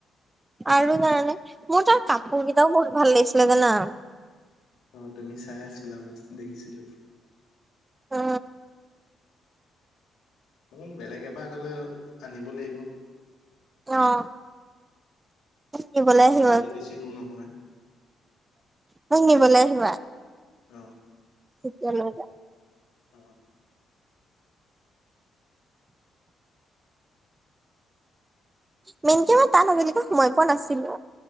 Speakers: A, on the right; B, on the left.
A: আৰু জানানে, মোৰ তাৰ কাপোৰকিতাও বহুত ভাল লাগিছিলে জানা।
B: অ', তুমি চাই আছিলা মই দেখিছিলো।
A: উম।
B: অ', বেলেগ এবাৰ গলে আনিব লাগিব।
A: অ'। মোক নিবলৈ আহিবা
B: যিহেতু বেছি দূৰ নহয়।
A: মোক নিবলে আহিবা,
B: অ
A: তেতিয়া লৈ যাম।
B: অ'।
A: মেইনকে মই তাত আজিলৈকে সোমাই পোৱা নাছিলো